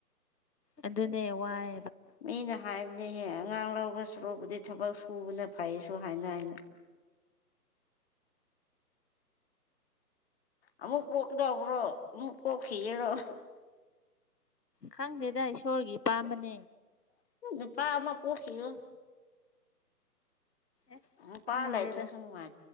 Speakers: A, on the left; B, on the left.
A: ꯑꯗꯨꯅꯦ ꯋꯥꯏ
B: ꯃꯤ ꯅ ꯍꯦ ꯑꯉꯥꯡ ꯂꯧꯕ ꯁꯨꯔꯨꯕꯨꯗꯤ ꯊꯕꯛ ꯁꯨꯕꯅ ꯐꯩꯁꯨ ꯍꯥꯏꯅ ꯍꯥꯏꯅ ꯑꯃꯃꯛ ꯄꯣꯛ ꯀꯗꯕ꯭ꯔꯣ ꯑꯃꯛ ꯄꯣꯛ ꯈꯔꯣ
A: ꯈꯪꯗꯦꯗ ꯏꯁꯣꯔꯒꯤ ꯏꯄꯥꯝꯕꯅꯦ
B: ꯑ ꯄꯥ ꯑꯃ ꯄꯣꯈꯣ
A: ꯑꯁ
B: ꯎꯝ ꯄꯥꯂꯥꯏ
A: ꯈꯪꯗ꯭ꯔꯦꯗ
B: ꯇ ꯀ ꯁꯪꯒ ꯃꯥꯦ